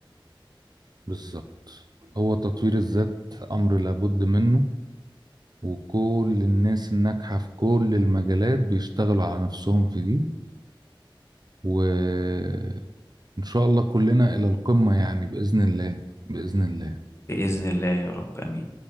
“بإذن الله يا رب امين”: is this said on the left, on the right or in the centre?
Left